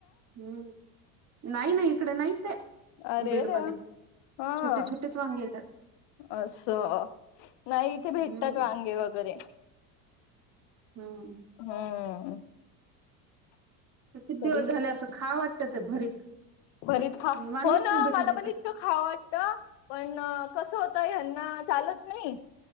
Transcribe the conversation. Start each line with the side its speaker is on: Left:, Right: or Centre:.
Right: हम्म नाही नाही इकडे नाहीच आहे
Left: अरे
Right: बीड
Left: देवा
Right: मध्ये.
Left: हा
Right: छोटे छोटेच वांगी येतात.
Left: असं नाही इथे
Right: हम्म
Left: भेटतात वांगे वगैरे.
Right: हम्म
Left: हम्म.
Right: किती दिवस
Left: कधी
Right: झाले असं खा वाटतं ते भरीत
Left: भरीत खा
Right: पण वांगेच
Left: हो ना
Right: नाही भेटत
Left: मला
Right: तिथं
Left: पण इ त खा वाटत पण कसं होतं हेन्ना चालत नाही.